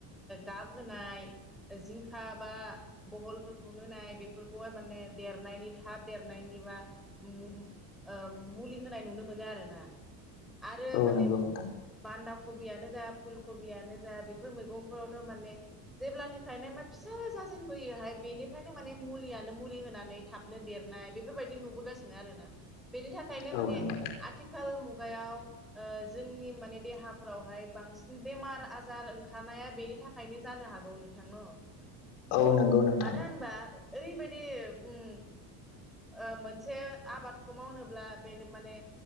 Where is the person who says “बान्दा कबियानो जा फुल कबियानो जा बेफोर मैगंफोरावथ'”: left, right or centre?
Centre